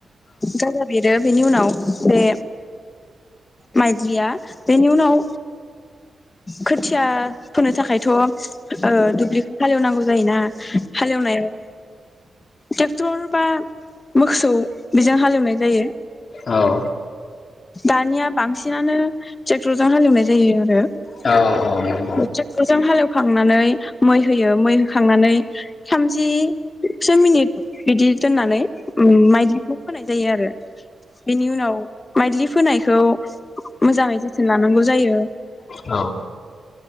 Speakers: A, on the left; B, on the left.
A: गाजा बेरो बेनि उनाव बे माइदलिया बेनि उनाव खोथिया फोनो थाखायथ' ओ दुब्लिखौ हालेवनांगौ जायोना हालेवनायाव थेक्टर बा मोखसौ बेजों हालेवनाय जायो
B: औ औ
A: दानिया बांसिनानोे थेक थरजों हालेवनाय जायो आरो
B: औ औ
A: थेक्टरजों हालेवखांनानै मै होयो मै होखांनानै थामजिसो मिनिट बिदि दोननानै उम माइदलिखौ फोनाय जायो आरो बेनि उनाव माइदलि फोनायखौ मोजाङै जोथोन लानांगौ जायो
B: औ